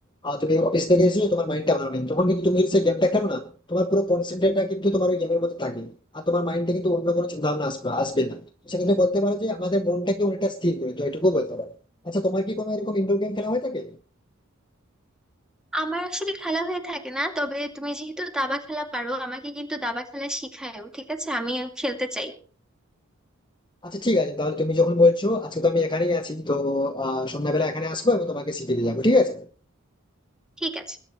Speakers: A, on the left; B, in the centre.
A: আহ, তুমি অফিস থেকে এসেছো তোমার মাইন্ডটা ভালো নেই তখন কিন্তু তুমি যদি সেই গেমটা খেলো না তোমার পুরো কনসেন্ট্রেটটা কিন্তু তোমার ওই গেমের মধ্যে থাকে আর তোমার মাইন্ডে কিন্তু অন্য কোনো চিন্তা ভাবনা আসবে আসবে না তো সেক্ষেত্রে বলতে পারো যে আমাদের মনটাকে অনেকটা স্থির করে তো এটুকু বলতে পারো আচ্ছা তোমার কি কোনো এরকম ইনডোর গেম খেলা হয়ে থাকে
B: আমার আসলে খেলা হয়ে থাকে না তবে তুমি যেহেতু দাবা খেলা পারো আমাকে কিন্তু দাবা খেলা শিখায়ও ঠিক আছে আমি খেলতে চাই
A: আচ্ছা ঠিক আছে তাহলে তুমি যখন বলছো আজকে তো আমি এখানেই আছি তো আহ সন্ধ্যাবেলা এখানে আসবো এবং তোমাকে শিখিয়ে দিয়ে যাবো ঠিক আছে
B: ঠিক আছে